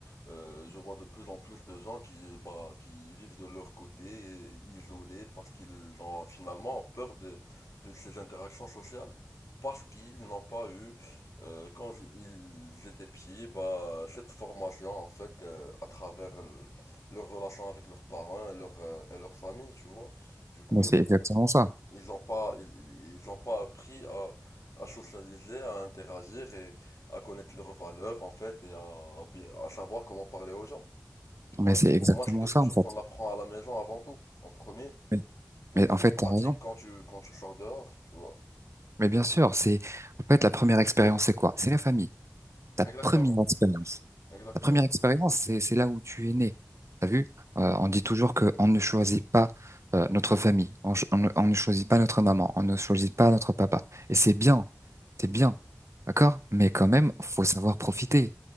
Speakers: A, on the left; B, on the right.
A: Euh, je vois de plus en plus de gens qui, bah, qui vivent de leur côté, isolés, parce qu'ils ont finalement peur de, de ces interactions sociales, parce qu'ils n'ont pas eu, euh, quand ils étaient petits, bah, cette formation, en fait, euh, à travers l- leur relation avec leurs parents et leur, euh, et leur famille, tu vois. Du coup,
B: Mais
A: ils,
B: c'est exactement ça.
A: ils n'ont pas, ils, ils ont pas appris à, à socialiser, à interagir et à connaître leurs valeurs, en fait, et à, bi- à savoir comment parler aux gens. Tu
B: Mais
A: vois,
B: c'est
A: c'est-
B: exactement
A: pour moi, c'est quelque
B: ça
A: chose
B: en fait.
A: qu'on apprend à la maison avant tout, en premier,
B: Mais,
A: puis
B: mais
A: que
B: en
A: tu
B: fait,
A: pratiques
B: t'as raison.
A: quand tu, quand tu sors dehors, tu vois.
B: Mais bien sûr, c'est en fait la première expérience, c'est quoi? C'est la famille. Ta
A: Exactement,
B: première expérience.
A: exactement,
B: Ta première expérience, c'est, c'est là où tu es né. T'as vu? Euh, on dit toujours que on ne choisit pas euh, notre famille, on, ch- on ne on ne choisit pas notre maman, on ne choisit pas notre papa. Et c'est bien, c'est bien, d'accord? Mais quand même, faut savoir profiter.